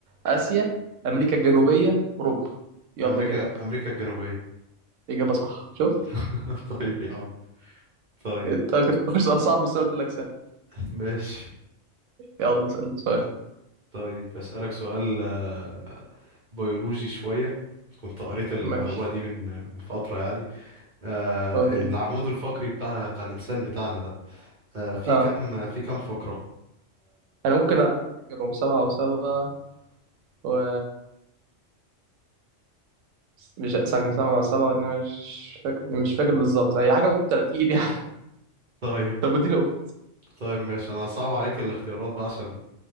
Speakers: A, on the right; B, on the right.
A: اسيا امريكا الجنوبيه اوروبا يلا
B: أمريكا
A: جاوب
B: أمريكا الجنوبية
A: اجابه صح شفت
B: <laughs> طيب يا عم طيب
A: انت كنت فاكر سؤال صعب بس أنا قلت لك سهل
B: ماشي
A: يلا اسال سؤال
B: طيب أسألك سؤال آه، بيولوجي شوية كنت قريت المعلومة
A: ماشي
B: دي من من فترة يعني آه،
A: اوكي
B: العمود الفقري بتاع بتاع الإنسان بتاعنا ده آه، في
A: اه
B: كام في كام فقرة
A: انا ممكن افتكرهم سبعة وسبعة و مش ثانية سبعة وسبعة واتنين مش فاكر مش فاكر بالظبط هي حاجة و30 يعني
B: طيب
A: طب اديني أوبشن.
B: طيب ماشي أنا صعب عليك الاختيارات بقى عشان